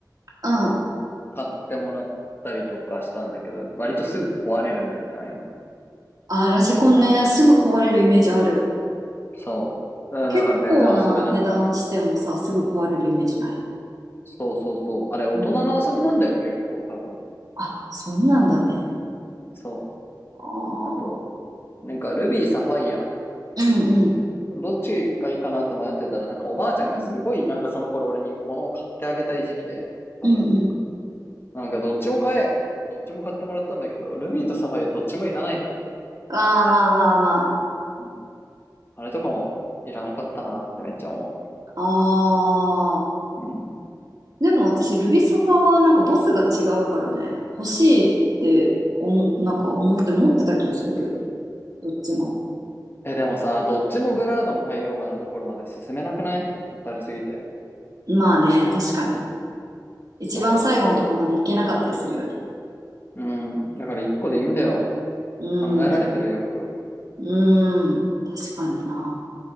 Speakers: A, on the right; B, on the left.
A: うん。
B: 買ってもらったりとかしたんだけど、割とすぐ壊れるんだよね、ああいうの。
A: あー、ラジコンね、
B: なんか、
A: すぐ壊れるイメージある。
B: そう。だだから全然遊べなくなる。
A: 結構な値段してもさ、すぐ壊れるイメージない。
B: そうそうそう。あれ、大人の遊びなんだよ、
A: うん。
B: 結構、多分。
A: あ、そうなんだね。
B: そ
A: ああ、
B: う。あと、なんか、ルビー、サファイア。
A: うんうん。
B: どっちがいいかなと迷ってたら、なんかおばあちゃんがすごい、
A: うん
B: なんかその頃俺に物を買ってあげたい時期で、多分。
A: うんうん。
B: なんかどっちも買えって言って、どっちも買ってもらったんだけど、ルビーとサファイアどっちもいらないじゃ
A: まあまあまあま
B: ん。あれとかもいらなかったなーってめっちゃ思
A: あ。ああ。
B: う。うん。
A: でも私、ルビソファはなんかボスが違うからね、欲しいって思、なんか思って持ってた気がするけどね。どっちも。
B: え、でもさ、どっちもグラードン海洋画のところまで進めなくないだるすぎて。
A: まあね、確かに。一番最後のとこまで行けなかったりするよね。
B: そう。うん。だから一個でいいんだよ。
A: うん。
B: 考えられてるよく。
A: うん。確かにな。